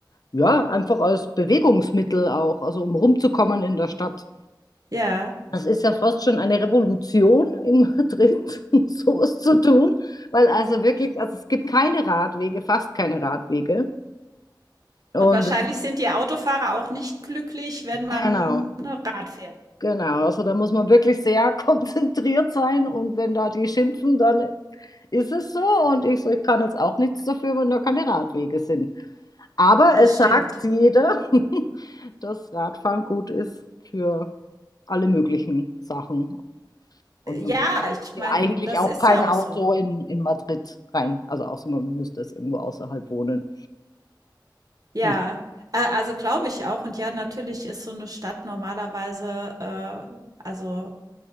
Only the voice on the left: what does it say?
ja, einfach als Bewegungsmittel auch, also um rumzukommen in der Stadt.
Das ist ja fast schon eine Revolution in Madrid, <laughs> um sowas zu tun, weil also wirklich, also es gibt keine Radwege, fast keine Radwege. Und
es-
genau,
genau. Also da muss man wirklich sehr <laughs> konzentriert sein und wenn da die schimpfen, dann ist es so. Und ich so, ich kann jetzt auch nichts dafür, wenn da keine Radwege sind. Aber
es
sagt jeder, <laughs> dass Radfahren gut ist für alle möglichen Sachen. Und
man braucht
ja
eigentlich
auch
kein
Auto
in, in Madrid rein. Also außer man müsste es irgendwo außerhalb wohnen.
Hm.